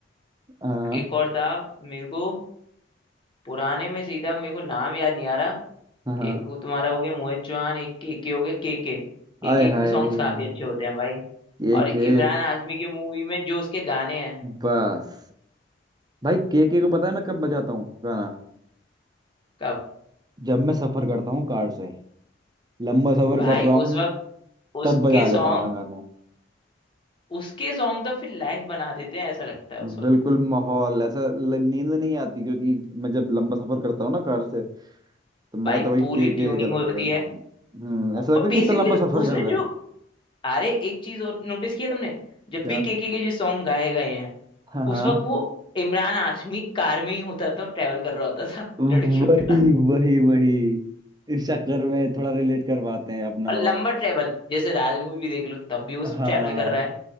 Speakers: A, on the right (about 20°); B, on the left (about 30°).
A: हाँ
B: एक और था मेरे को पुराने में सीधा मेरे को नाम याद नहीं आ रहा
A: हाँ
B: एक वो तुम्हारा हो गया मोहित चौहान एक के के हो गया के के के
A: आय
B: के के
A: हाय
B: सॉन्ग्स काफी अच्छे होते हैं भाई
A: ये
B: और इमरान
A: के
B: हाशमी की मूवी में जो उसके गाने हैं
A: बस भाई केके को पता है मैं कब बजाता हूँ गाना
B: कब
A: जब मैं सफर करता हूँ कार से लंबा सफर
B: भाई
A: कर रहा
B: उस
A: हूँ
B: वक्त उसके
A: तब बजा
B: सॉन्ग
A: लेता हूँ मैं गाना
B: उसके सॉन्ग तो फिर लाइव बना देते हैं ऐसा लगता है उस
A: बिल्कुल
B: वक्त
A: माहौल ऐसा ल- नींद नहीं आती क्योंकि मैं जब लंबा सफर करता हूँ ना कार से तो मैं
B: भाई
A: तो भाई
B: पूरी
A: के
B: ट्यूनिंग
A: के का लगा
B: होती
A: देता
B: है
A: हूँ हम्म
B: औ-
A: ऐसा लगता
B: और
A: है
B: बेसिकली
A: कितना लंबा सफर
B: उसने
A: कर रहे
B: जो
A: हैं
B: अरे एक चीज और नोटिस किया तुमने जब
A: क्या
B: भी के के के जो सॉन्ग गाए गए हैं
A: हाँ हाँ
B: उस वक्त वो इमरान हाशमी कार में ही होता था ट्रेवल कर रहा होता था <laughs>
A: वही
B: लड़कियों के साथ
A: वही वही इस चक्कर में थोड़ा रिलेट कर पाते हैं अपना
B: और लंबा
A: और
B: ट्रेवल जैसे राज मूवी भी देख लो तब भी उस
A: हाँ
B: ट्रेवल कर रहा है